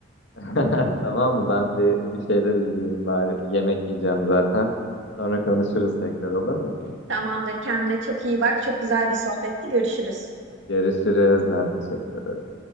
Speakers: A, on the left; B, on the right.
A: <laughs> Tamam mı? Ben bir bir şeyler izleyeyim bari. Bir yemek yiyeceğim zaten. Sonra konuşuruz tekrar olur mu?
B: Tamamdır. Kendine çok iyi bak. Çok güzel bir sohbetti. Görüşürüz.
A: Görüşürüz. Ben teşekkür ederim.